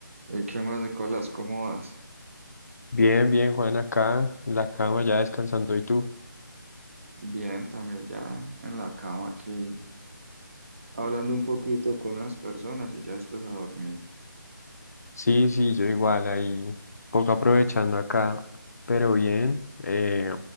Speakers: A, on the right; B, on the left.
A: Eh, ¿Qué más, Nicolás? ¿Cómo vas?
B: Bien, bien, Juan, acá en la cama ya descansando. ¿Y tú?
A: Bien, también ya en la cama aquí, hablando un poquito con unas personas y ya después a dormir.
B: Sí, sí, yo igual, ahí poco aprovechando acá, pero bien. eh,